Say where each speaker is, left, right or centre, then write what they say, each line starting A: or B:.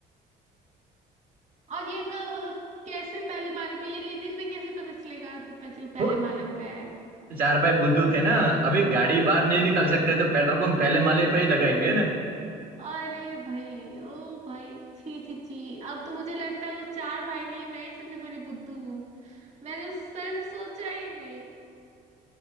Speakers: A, on the right; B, on the right.
A: और ये क- कैसे पहले माले पे ये लिटिल में कैसे पता चलेगा कि बच्चे पहले
B: वो
A: माले पे है
B: चार भाई बुद्धू थे ना अभी गाड़ी बाहर नहीं निकाल सकते तो पेट्रोल पंप पहले माले पे ही लगाएंगे ना
A: अरे भाई ओ भाई छी छी छी अब तो मुझे लगता है वो चार भाई नहीं मैं ही सबसे बड़ी बुद्धू हूँ मैंने उस तरह से सोचा ही नहीं